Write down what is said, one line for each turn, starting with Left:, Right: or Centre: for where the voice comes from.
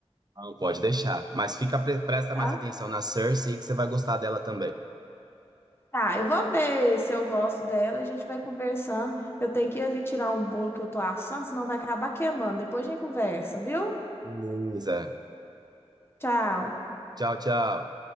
Right: Não pode deixar. Mas fica, pre- presta
Left: tá?
Right: mais atenção na Cersei que você vai gostar dela também.
Left: Tá, eu vou ver se eu gosto dela, a gente vai conversando. Eu tenho que ir ali tirar um bolo que eu tô assando, senão vai acabar queimando. Depois a gente conversa, viu?
Right: Beleza.
Left: Tchau.
Right: Tchau, tchau.